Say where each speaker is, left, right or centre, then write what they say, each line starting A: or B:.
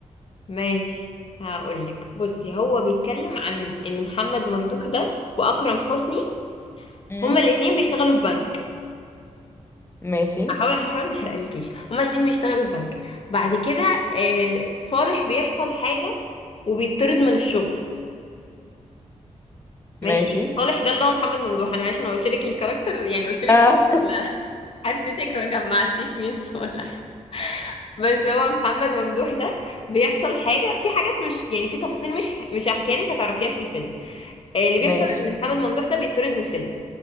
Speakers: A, on the left; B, on the left.
A: ماشي هقولك بصي هو بيتكلم عن ان محمد ممدوح ده وأكرم حسني
B: امم
A: هما الاتنين بيشتغلوا في بنك
B: ماشي
A: هحاول هحاول ما احرقلكيش هما الاتنين بيشتغلوا في بنك بعد كده آه، صالح بيحصل حاجة وبيطرد من الشغل ماشي
B: ماشي
A: صالح ده اللي هو محمد ممدوح انا معلش انا قلت لك الكاركتر يعني قلت لك
B: اه
A: ال- <laughs> حسيتك ما جمعتيش مين صالح بس هو محمد ممدوح ده بيحصل حاجه في حاجات مش يعني في تفاصيل مش مش هحكيها لك هتعرفيها في الفيلم آه، اللي بيحصل
B: ماشي
A: ان محمد ممدوح ده بيطرد من الفيلم